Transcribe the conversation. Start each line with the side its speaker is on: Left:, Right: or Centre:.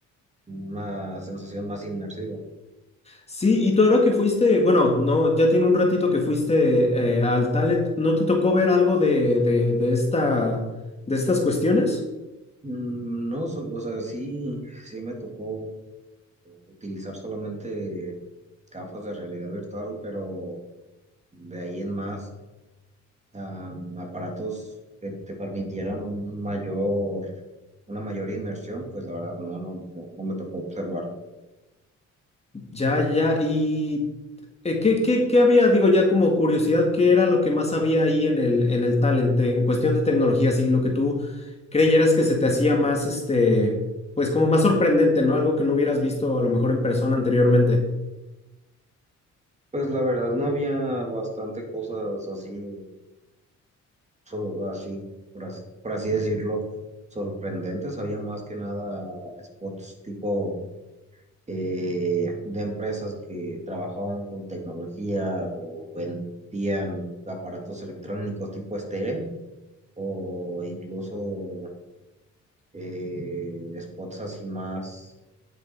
Right: una sensación más inmersiva.
Left: Sí, y tú ahora que fuiste, bueno, no, ya tiene un ratito que fuiste eh, al Talent, ¿no te tocó ver algo de, de, de esta, de estas cuestiones?
Right: Mm, No, sol- o sea, sí, sí me tocó utilizar solamente gafas de realidad virtual, pero De ahí en más, am, aparatos que te permitieran un mayor, una mayor inmersión, pues la verdad no, no, no, no me tocó observar.
Left: Ya, ya, y eh, ¿qué, qué, qué había? Digo, ya como curiosidad, ¿qué era lo que más había ahí en el, en el Talent, eh, en cuestión de tecnología, así lo que tú creyeras que se te hacía más, este, pues como más sorprendente, ¿no? Algo que no hubieras visto a lo mejor en persona anteriormente.
Right: Pues la verdad no había bastante cosas así, so- así, por as- por así decirlo, sorprendentes. Había más que nada spots tipo eh, de empresas que trabajaban con tecnología o vendían aparatos electrónicos tipo Steren o incluso eh, spots así más